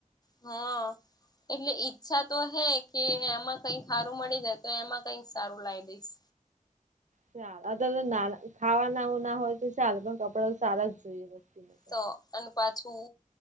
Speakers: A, on the left; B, on the right.
A: હા એટલે ઈચ્છા તો હે કે એમાં કઈ સારું મળી જાય તો એમાં કઈક સારું લાવી દઈશ.
B: ચાલ અ ત તો ના ખાવાના ઉું ના હોય તો ચાલ પણ કપડાં તો સારા જ જોઈએ વસ્તીમાં.
A: તો અને પાછું